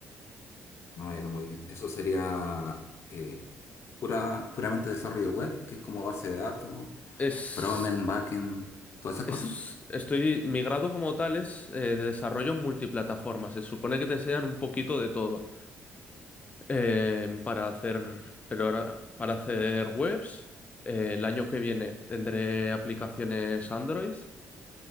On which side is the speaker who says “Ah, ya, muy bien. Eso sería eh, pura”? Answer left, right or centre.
Left